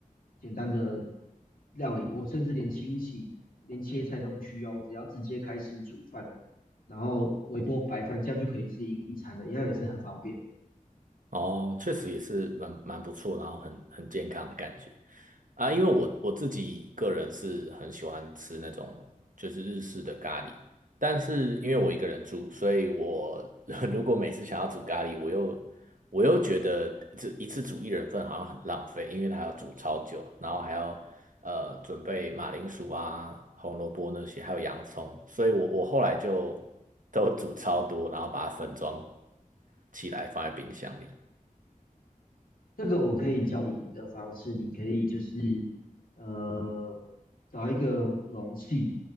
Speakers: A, on the left; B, on the right.
A: 简单的料理，我甚至连清洗、连切菜都不需要，我只要直接开始煮饭，然后微波白饭，这样就可以是一个一餐了，一样也是很方便。
B: 哦，确实也是蛮蛮不错，然后很很健康的感觉。啊，因为我我自己个人是很喜欢吃那种就是日式的咖喱，但是因为我一个人住，所以我 <laughs> 如果每次想要煮咖喱，我又我又觉得这一次煮一人份好像很浪费，因为它要煮超久，然后还要呃准备马铃薯啊、红萝卜那些，还有洋葱，所以我我后来就都煮超多，然后把它分装起来放在冰箱里。
A: 这个我可以教你一个方式，你可以就是呃找一个容器，